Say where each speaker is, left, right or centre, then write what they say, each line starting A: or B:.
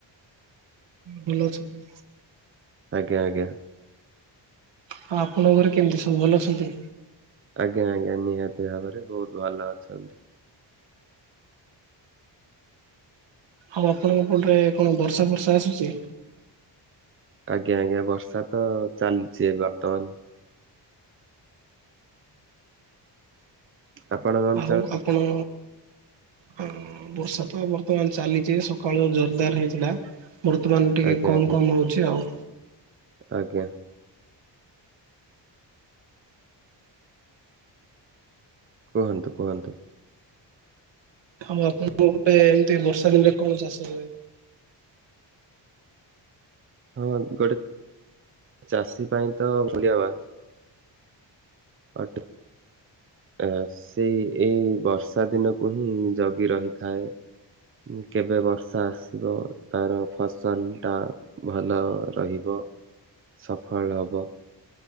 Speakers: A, on the right; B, on the right.
A: ଭଲ ଅଛନ୍ତି
B: ଆଜ୍ଞା ଆଜ୍ଞା।
A: ହଁ ଆପଣଙ୍କ ଘରେ କେମିତି ସବୁ ଭଲ ଅଛନ୍ତି?
B: ଆଜ୍ଞା ନି ନିହାତି ଭାବରେ ବହୁତ ଭଲ ଅଛନ୍ତି।
A: ଆଉ ଆପଣଙ୍କ ପଟରେ କଣ ବର୍ଷା ଫର୍ଷା ଆସୁଚି?
B: ଆଜ୍ଞା ଆଜ୍ଞା ବର୍ଷା ତ ଚାଲଚି ବର୍ତ୍ତମାନ। ଆପଣ ଗନ୍
A: ହଉ ଆପଣ ହ ବର୍ଷା ତ ବର୍ତ୍ତମାନ ଚାଲିଚି ସକାଳୁ ଜୋରଦାର ହେଇଥିଲା। ବର୍ତ୍ତମାନ ଟିକେ
B: ଆଜ୍ଞା
A: କମ
B: ଆଜ୍ଞା
A: କମ ହଉଚି ଆଉ।
B: ଆଜ୍ଞା। କୁହନ୍ତୁ କୁହନ୍ତୁ।
A: ହଉ ଆପଣଙ୍କ ଗୋଟେ ଏମିତି ବର୍ଷା ଦିନରେ କଣ ଚାଷ ହୁଏ?
B: ହଁ ଗୋଟେ ଚାଷୀ ପାଇଁ ତ ମୂଲ୍ୟବାନ। ଅଟ ଆ ସେଇ ଏଇ ବର୍ଷା ଦିନକୁ ହିଁ ଜଗି ରହିଥାଏ। କେବେ ବର୍ଷା ଆସିବ ତାର ଫସଲ ଟା ଭଲ ରହିବ। ସଫଳ ହବ।